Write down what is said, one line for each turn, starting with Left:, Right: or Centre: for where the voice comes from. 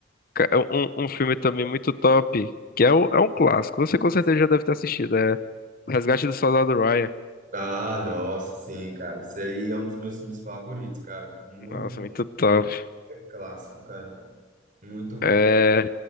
Left: Ca- é Um, um filme também muito top, que é, o- é um clássico. Você com certeza já deve ter assistido. É Resgate do Soldado Ryan.
Right: Ah, nossa, sim, cara. Esse aí é um dos meus filmes favoritos, cara. Muito
Left: Nossa,
Right: bom.
Left: muito top.
Right: É clássico, cara. Muito bom.
Left: É,